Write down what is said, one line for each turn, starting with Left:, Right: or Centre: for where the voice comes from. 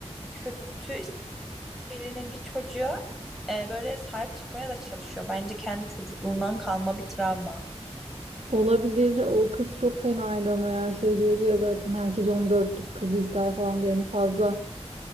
Centre: kötü birinin bir çocuğa e, böyle sahip çıkmaya da çalışıyor. Bence kendi çocukluğundan kalma bir travma.
Right: Olabilir. O kız çok fenaydı ama ya şey diyordu ya zaten herkes 14'lük kızı ister falan diye. Yani fazla